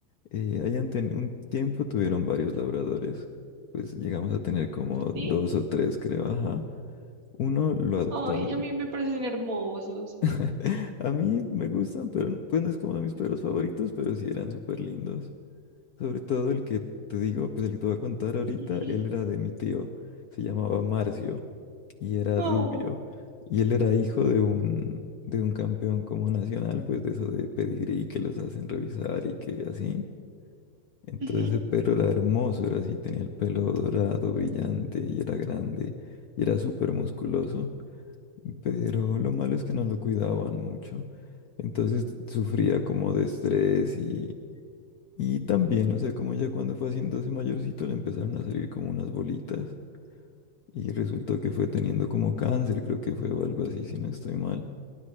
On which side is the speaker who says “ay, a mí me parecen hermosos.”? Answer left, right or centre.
Right